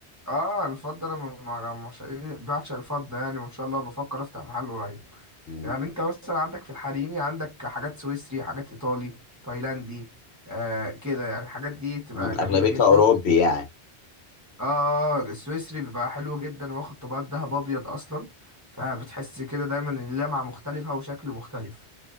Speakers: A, on the right (about 15°); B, on the left (about 70°).
A: اه الفضه انا ما ما- ما- مش- بعشق الفضه يعني وان شاء الله بفكر افتح محل قريب
B: مم.
A: يعني انت مثلا عندك في الحريمي عندك حاجات سويسري حاجات ايطالي تايلاندي آه كده يعني الحاجات دي تبقى
B: مم،
A: جميله
B: اغلبيتها
A: جدا
B: اوروبي يعني
A: اه السويسري بيبقى حلو جدا واخد طبقات دهب ابيض اصلا فبتحس كده دايما ان اللمعه مختلفه وشكل مختلف